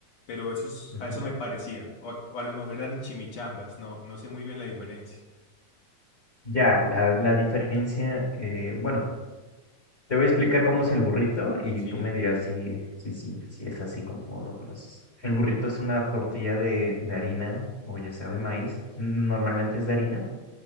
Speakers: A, on the left; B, on the left.
A: pero eso es-
B: ujú.
A: a eso me parecía. O a, o a lo mejor eran chimichangas, no, no sé muy bien la diferencia.
B: Ya, la, la diferencia, eh, bueno, Te voy a explicar cómo es el burrito y
A: Sí,
B: tú me dirás si, si, si, si es así como lo conoces. El burrito es una tortilla de, de harina o ya sea de maíz. Normalmente es de harina.